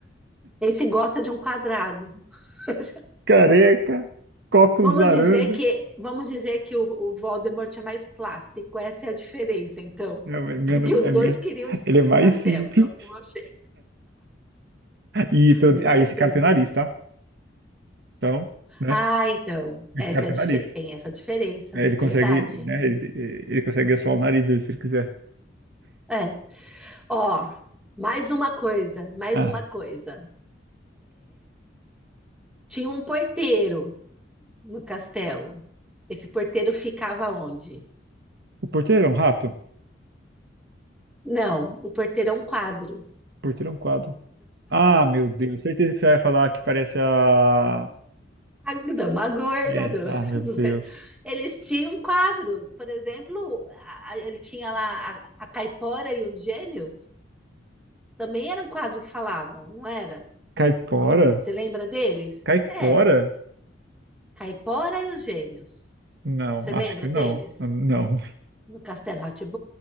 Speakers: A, in the centre; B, on the right.
A: Esse gosta de um quadrado. <laughs>
B: Careca, óculos
A: Vamos
B: laranja.
A: dizer que, vamos dizer que o, o Voldemort é mais clássico. Essa é a diferença, então.
B: Não, é menos,
A: Porque os
B: é
A: dois
B: menos.
A: queriam destruir
B: Ele é mais
A: o castelo,
B: simples.
A: de algum jeito.
B: E pelo-
A: Bem
B: ah,
A: mais
B: esse
A: simples.
B: cara tem nariz, tá? Então, né?
A: Ah, então,
B: Esse
A: essa
B: cara
A: é
B: tem
A: a dife-
B: nariz.
A: tem essa diferença,
B: É, ele consegue,
A: verdade.
B: né? Ele, ele consegue assoar o nariz dele se ele quiser.
A: É. Ó, mais uma coisa, mais
B: Ah,
A: uma coisa. Tinha um porteiro no castelo. Esse porteiro ficava onde?
B: o porteiro é um rato? O
A: Não, o porteiro é um quadro.
B: porteiro é um quadro. Ah, meu Deus, certeza que você vai falar que parece a.
A: A dama gorda
B: É,
A: do,
B: ah,
A: <laughs>
B: meu
A: do
B: Deus.
A: centro. Eles tinham quadros, por exemplo, a- a- ele tinha lá a, a Caipora e os Gêmeos. Também era um quadro que falavam, não era?
B: Caipora?
A: Você lembra deles?
B: Caipora?
A: É, Caipora e os Gêmeos.
B: Não,
A: Você lembra
B: acho que não.
A: deles?
B: Não.
A: No Castelo rá tim.